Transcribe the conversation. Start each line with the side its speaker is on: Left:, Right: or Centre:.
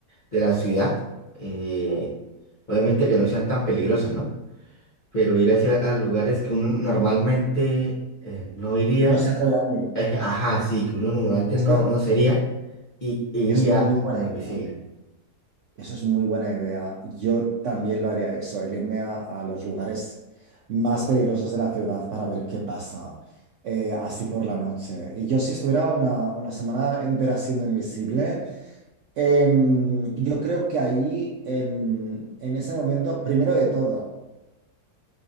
Left: de la ciudad. eh, obviamente que no sean tan peligrosos, ¿no? Pero ir hacia a lugares que uno normalmente eh, no iría,
Right: No se atreve a ir.
Left: eh, ajá, sí, que uno normalmente
Right: Eso
Left: no, no sería, y e iría
Right: es muy buena
Left: como invisible.
Right: idea. Eso es muy buena idea. Yo también lo haría eso, el irme a, a los lugares más peligrosos de la ciudad para ver qué pasa, eh, así por la noche. Y yo si estuviera una, una semana entera siendo invisible, Em, yo creo que ahí, em, en ese momento, primero de todo,